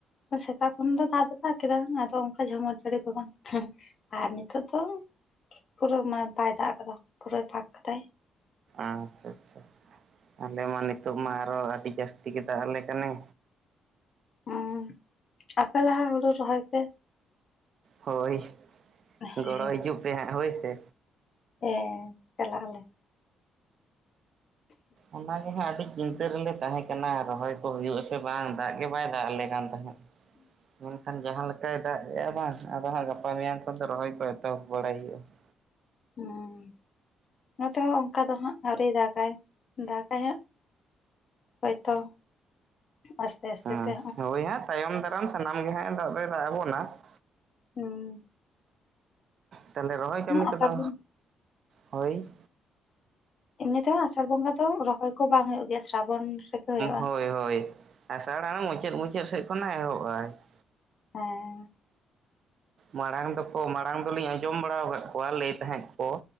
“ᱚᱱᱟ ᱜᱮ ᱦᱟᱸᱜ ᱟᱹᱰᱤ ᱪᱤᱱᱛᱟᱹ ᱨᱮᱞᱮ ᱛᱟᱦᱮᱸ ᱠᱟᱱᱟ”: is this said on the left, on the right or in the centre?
Right